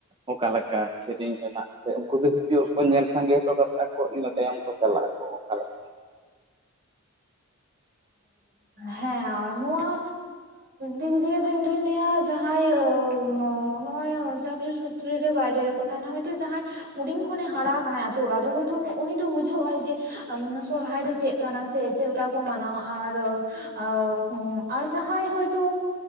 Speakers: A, on the right; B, on the right.
A: ᱚᱠᱟ ᱞᱮᱠᱟ ᱥᱮᱨᱮᱧ ᱨᱮᱱᱟᱜ ᱥᱮ ᱩᱱᱠᱩ ᱜᱮ ᱦᱤᱡᱩᱜ ᱠᱚ ᱧᱮᱞ ᱥᱟᱸᱜᱮ ᱦᱚᱴᱚ ᱠᱟᱜᱼᱟ ᱠᱚ ᱤᱱᱟᱹ ᱛᱟᱭᱚᱢ ᱠᱚ ᱪᱟᱞᱟᱜ ᱟᱠᱚ ᱞᱮᱠᱟ
B: ᱦᱮᱸ ᱱᱚᱣᱟ ᱫᱤᱠ ᱫᱤᱭᱮ ᱫᱚ ᱤᱧ ᱫᱩᱧ ᱞᱟᱹᱭᱟ ᱡᱟᱦᱟᱸᱭ ᱱᱚ ᱱᱚᱜᱚᱭ ᱪᱟᱹᱠᱨᱤ ᱥᱩᱛ ᱛᱨᱮ ᱨᱮ ᱵᱟᱭᱨᱮ ᱨᱮᱠᱚ ᱛᱟᱦᱮᱱᱟ ᱦᱳᱭᱛᱚ ᱡᱟᱦᱟᱸᱭ ᱦᱩᱰᱤᱧ ᱠᱷᱚᱱᱮ ᱦᱟᱲᱟ ᱟᱠᱟᱱᱟᱭ ᱟᱛᱳ ᱚᱲᱟᱜ ᱨᱮ ᱦᱳᱭᱛᱚ ᱩᱱᱤ ᱫᱚ ᱵᱩᱡᱷᱟᱹᱣᱟᱭ ᱡᱮ ᱥᱚᱨᱦᱟᱭ ᱫᱚ ᱪᱮᱫ ᱠᱟᱱᱟ ᱥᱮ ᱪᱮᱫᱞᱮᱠᱟ ᱠᱚ ᱢᱟᱱᱟᱣᱟ ᱟᱨ ᱟ ᱟᱨ ᱡᱟᱦᱟᱸᱭ ᱦᱳᱭᱛᱚ